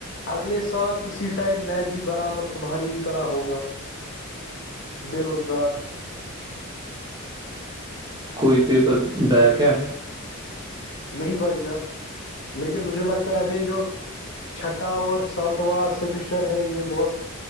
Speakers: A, on the left; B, on the right.
A: اگلے سال اسی ٹائم میں بھی برابر تمہاری ہی طرح ہوگا بے روزگار
B: کوئی پیپر بیک ہے
A: نہیں بھائی جان لیکن مجھے لگتا ہے اب یہ جو چھٹا اور ساتواں سیمسٹر ہے یہ بہت